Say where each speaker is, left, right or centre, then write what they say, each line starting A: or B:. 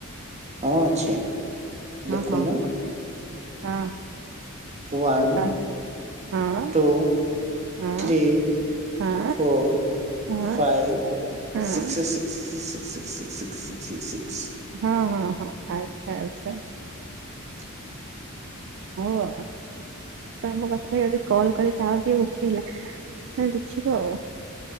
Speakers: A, on the right; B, on the right.
A: ହଁ ଅଛି।
B: ହଁ
A: ଲେଖୁନୁ
B: ହଁ ହଁ।
A: ୱନ୍
B: ହଁ ହଁ
A: ଟୁ
B: ହଁ
A: ଥ୍ରୀ
B: ହଁ
A: ଫୋର୍
B: ହଁ।
A: ଫାଇଭ
B: ହଁ
A: ସିକ୍ସ ସିକ ସି ସି ସି ସି ସିକ୍ସ।
B: ହଁ ହଁ ହଁ ଆଚ୍ଛା ଆଚ୍ଛା।
A: <inaudible>
B: କୋଉ ବାର। ଆମ କଥା ଯି କଲ୍ କରିକି ଆ କିଏ ଉଠେଇଲା ତାହେଲେ ଦେଖିବା ଆଉ।